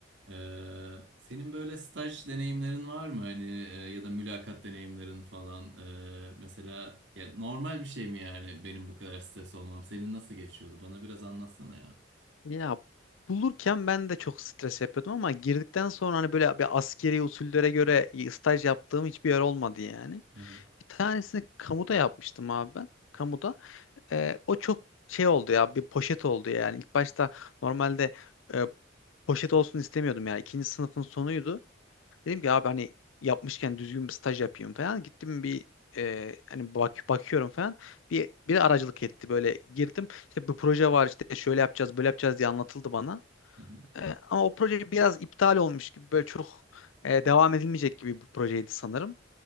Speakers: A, on the right; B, on the left.
A: Ee, senin böyle staj deneyimlerin var mı? Hani e, ya da mülakat deneyimlerin falan. Ee, mesela ya normal bir şey mi yani benim bu kadar stres olmam? Senin nasıl geçiyordu? Bana biraz anlatsana ya.
B: Ya bulurken ben de çok stres yapıyordum ama girdikten sonra hani böyle bir askeri usullere göre staj yaptığım hiçbir yer olmadı yani.
A: Hı hı.
B: Bir tanesini kamuda yapmıştım abi ben. Kamuda. Ee, o çok şey oldu ya bir poşet oldu yani. İlk başta normalde e, poşet olsun istemiyordum yani. İkinci sınıfın sonuydu. Dedim ki abi hani yapmışken düzgün bir staj yapayım falan. Gittim bir e, hani bak, bakıyorum falan. Bir, biri aracılık etti böyle girdim. İşte bu proje var işte şöyle yapacağız böyle yapacağız diye anlatıldı bana.
A: Hı hı.
B: E, ama o proje biraz iptal olmuş gibi böyle çok e, devam edilmeyecek gibi bir projeydi sanırım.